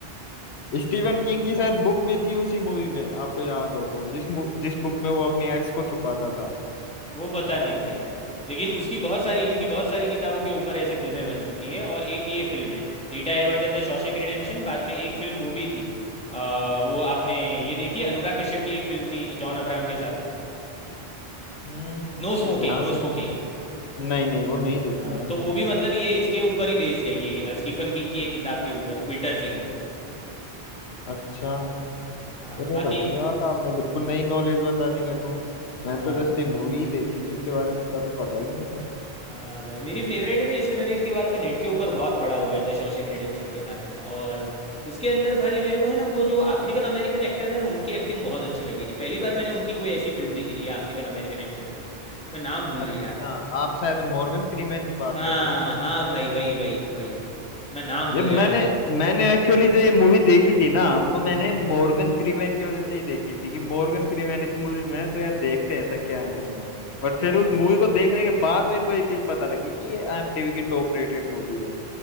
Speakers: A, on the left; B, in the centre.
A: स्टीवन किंग की शायद बुक भी थी उसी मूवी में आपको याद हो तो जिस मु- जिस बुक में वो अपनी एक्स को छुपाता था
B: वो पता नहीं भाई लेकिन उसकी बहुत सारी उनकी बहुत सारी किताबों के ऊपर ऐसे फिल्में बन चुकी है और एक ये फिल्म है Rita Hayworth and the Shawshank Redemption बाद में एक फिल्म वो भी थी अ, वो आपने ये देखी अनुराग कश्यप की एक फिल्म थी जॉन अब्राहम के साथ
A: हम्म
B: नो स्मोकिंग
A: वो ध्यान
B: नो
A: तो
B: स्मोकिंग
A: नहीं है मुझे। नहीं नहीं वो नहीं देखी
B: हाँ
A: मैंने
B: तो वो भी मतलब ये इसके ऊपर ही बेस्ड है ये स्टीफन किंग की एक किताब के ऊपर क्विटर्स इंक
A: अच्छा
B: हाँ
A: अरे
B: बाकी
A: तो अच्छी बात है, आपने बिल्कुल नई नॉलेज बता दी मेरे को
B: हाँ
A: मैंने तो
B: भाई
A: जस्ट ये मूवी देखी थी इसके बारे में इतना तो पता ही नहीं था
B: हाँ भाई मेरी फेवरेट है ना इसलिए मैंने इसके बारे में नेट के ऊपर बहुत पढ़ा हुआ है द शॉशैंक रिडेम्पशन के बारे में और इसके अंदर भाई मेरे को है ना वो जो अफ्रीकन अमेरिकन एक्टर है ना उनकी एक्टिंग बहुत अच्छी लगी थी पहली बार मैंने उनकी कोई ऐसी फिल्म देखी थी अफ्रीकन अमेरिकन एक्टर की मैं नाम भूल
A: अच्छा
B: गया
A: आप शायद मॉर्गन फ्रीमैन की बात
B: हाँ
A: कर रहे हो
B: हाँ भाई वही वही वही मैं नाम
A: यार
B: भूल
A: मैंने
B: जाता हूँ भाई
A: मैंने एक्चुअली जो ये मूवी देखी थी ना वो मैंने मॉर्गन फ्रीमैन की वजह से ही देखी थी कि मॉर्गन फ्रीमैन इस मूवी में है तो यार देखते हैं ऐसा क्या है इसमें बट फिर
B: अच्छा
A: उस मूवी को देखने के बाद मेरे को ये चीज पता लगी कि ये आईएमडीबी की टॉप रेटेड मूवी है